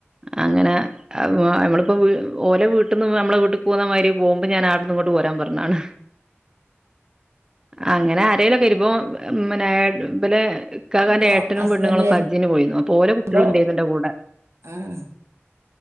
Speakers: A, on the right (about 15°); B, on the right (about 85°).
A: അങ്ങനെ അപ്പൊ ഞമ്മളിപ്പോ വീ ഓലെ വീട്ടിന്ന് ഉം അമ്മളെ വീട്ടിക് പോന്ന മാരി പോവുമ്പോ ഞാൻ ആട്ന്ന് ങ്ങോട്ട് പോരാൻ പറഞ്ഞാണ് അങ്ങനെ ആരേലൊക്കെ ഇര്പ്പൊ മ്മനെ ബലെ ഇക്കാകാന്റെ
B: അപ്പൊ
A: ഏട്ടനും
B: ഹസ്ബൻഡ്
A: പെണ്ണുങ്ങളൊക്കെ ഹജ്ജിന് പോയിന്നു അപ്പൊ ഓലെ
B: വരുമ്പോ
A: കുട്ട്യള് ണ്ടെയിന്നു ന്റെ കൂടെ
B: ആഹ്